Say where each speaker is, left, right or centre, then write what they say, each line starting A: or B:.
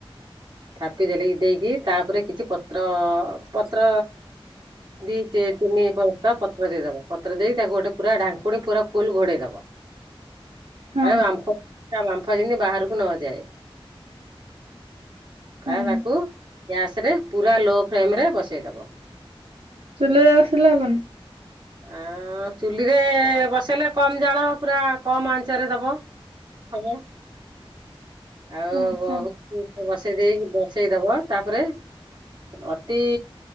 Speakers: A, on the right (about 50°); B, on the right (about 80°).
A: ଥାପି ଦେଲି ଦେଇକି ତା ଉପରେ କିଛି ପତ୍ର ପତ୍ର ଦି ତିନି ପତ୍ର ଦେଇଦବ ପତ୍ର ଦେଇ ତାକୁ ଗୋଟେ ପୁରା ଢାଙ୍କୁଣୀ ପୁରା ଫୁଲ ଘୋଡେଇ ଦବ।
B: ହଁ
A: ମାନେ ବାମ୍ଫ ତା ବାମ୍ଫ ଯେମତି ବାହାରକୁ ନଯାଏ । ଖାଇବାକୁ
B: ହଁ
A: ଗ୍ୟାସରେ ପୁରା ଲୋ ଫ୍ଲେମ୍ ରେ ବସେଇଦବ।
B: ଚୁଲାରେ ବସିଲେ ହବନି?
A: ଆ ଚୁଲିରେ ବସେଇଲେ କମ ଜାଳ ପୁରା କମ ଆଞ୍ଚରେ ଦବ ହବ ଆଉ
B: ହଁ
A: ବହୁତ
B: ହଁ
A: ବସେଇ ଦେଇି ବ ସେଇବ ତାପରେ ଅତି